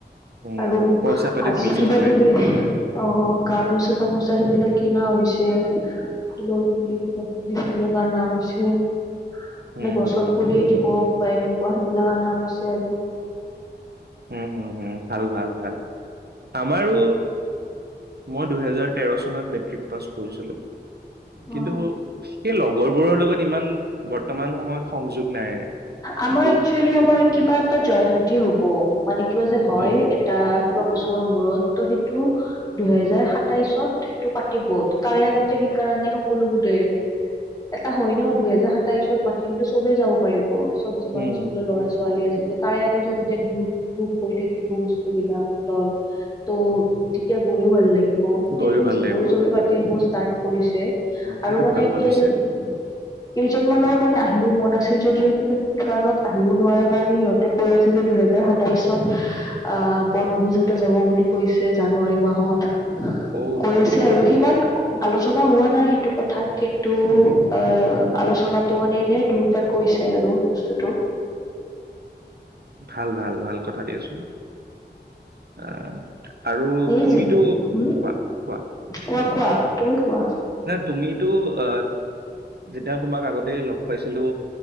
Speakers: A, on the right; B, on the left.
A: উম
B: আৰু
A: পইচা পাতি
B: আজি
A: তুলিছে
B: কিবা
A: চবে
B: কিবি অ গামোচা চামোচা সেইবিলাক কিনা হৈছে। ফুলৰ পুলি, কিবা কিবি সেইবিলাক আনা হৈছে। নে
A: উম
B: গছৰ
A: হম
B: পুলিয়ে দিব বা এনে <unintelligible> সিবিলাক অনা হৈছে আৰু
A: উম হম হম। ভাল ভাল ভাল। আমাৰো মই দুহেজাৰ তেৰ চনত মেট্ৰিক পাছ কৰিছিলো কিন্তু
B: অ
A: এ লগৰ বোৰৰ লগত ইমান বৰ্ত বৰ্তমান সময়ত সংযোগ নাই
B: আমাৰ
A: দুই
B: একচুৱেলি আমাৰ কিবা এটা জয়ন্তী হব মানে কিবা যে হয়
A: অ
B: এটা কিবা বস্তু মূৰত ত সেইটো দুহেজাৰ সাতাইশত সেইটো পাতিব তাৰে আগতে সেইকাৰণে সকলোবোৰে এটা হয় ন দুহেজাৰ সাতাইশত মাতিলে তু চবেই যাব পাৰিব অ চব যিমান
A: উম
B: স্কুলৰ ল'ৰা ছোৱালী আছে তাৰে আগতে যেতিয়া গ্ৰুপ গ্ৰুপ হৈ থাকিব বস্তুবিলাক দল ত' তেতিয়া গৈও ভাল লাগিব পাতিব সেইটো
A: গৈয়ো ভাল
B: চবে
A: লাগিব অ
B: চবে পাতিব ষ্টাৰ্ট কৰিছে
A: সেইটো
B: আৰু মানে
A: ভাল ভাবিছে
B: কেইজন কেইজনমানৰ মানে আহিব মন আছিল যদিও কিবা কিবি কাৰণত আহিব নোৱাৰা কাৰণে সিহঁতে কৈ আছে যে দুহেজাৰ সাতাইশত আহ বনভোজ এটা যাব বুলি কৈছে জানুৱাৰী মাহত
A: অ
B: কৈ আছে আৰু সিমান আলোচনা হোৱা নাই সেইটো কথাত কিন্তু
A: হম
B: আ আলোচনাটো মানে এনে দুৰবাৰ কৰিছে তাকে আৰু বস্তুটো
A: ভাল ভাল ভাল কথা দিয়াচোন অ আৰু
B: এই
A: তুমিতো
B: যি হম
A: কোৱা কোৱা
B: কোৱা কোৱা তুমি কোৱা
A: না তুমিতো অ যেতিয়া তোমাক আগতেই লগ পাইছো